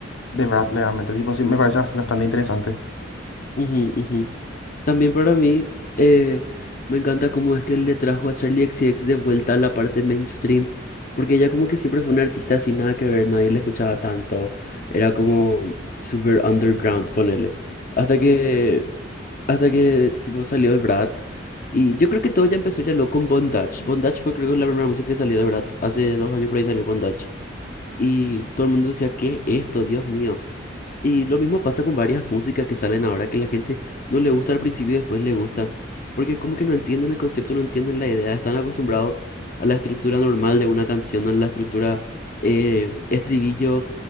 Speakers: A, on the left; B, on the left.
A: de Brad, realmente. Tipo, sí, me parece así bastante interesante.
B: Ujú, ujú. También para mí eh, me encanta cómo es que le trajo a Charlie XCX de vuelta a la parte mainstream, porque ella como que siempre fue una artista sin nada que ver, nadie la escuchaba tanto, era como super underground, ponele, hasta que, hasta que tipo salió el Brat, y yo creo que todo ya empezó ya lo con Bondage, Bondage fue creo que la primera música que salió de Brat, hace dos años por ahí salió Bondage, y todo el mundo decía, ¿qué es esto? Dios mío. Y lo mismo pasa con varias músicas que salen ahora que la gente no le gusta al principio y después le gusta, porque como que no entienden el concepto, no entienden la idea, están acostumbrados a la estructura normal de una canción, a la estructura eh, estribillo,